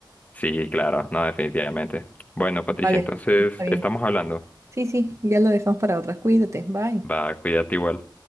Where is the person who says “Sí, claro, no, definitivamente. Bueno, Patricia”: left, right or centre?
Left